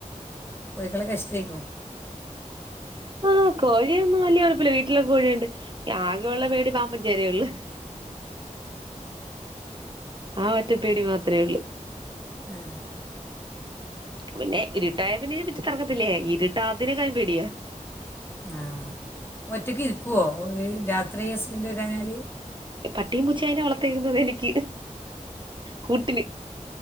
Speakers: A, on the left; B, on the right.
A: കോഴ്കളെക്കെഷ്ട്ടേക്കും.
B: ആഹ് കോഴിയൊന്നും വല്യ കൊഴപ്പല്ല വീട്ടിലൊകെ കോഴിയ്ണ്ട് ആകെയൊള്ള പേടി പാമ്പും ചേരയൊളളൂ ആ ഒറ്റപ്പേടി മാത്രേയൊള്ളൂ.
A: ആ
B: പിന്നെ ഇരുട്ടായ പിന്നെ പിച്ചിക്കറക്കത്തില്ലേ ഇരുട്ടാതിനെകാള് പേടിയ
A: ആഹ ഒറ്റക്ക് ഇരിക്കുവോ രാത്രി ഹസ്ബൻഡ ണ്ടയാല്
B: പട്ടീം പുച്ചേന വളർത്തേര്ന്നുതെനിക്ക് കൂട്ടിന്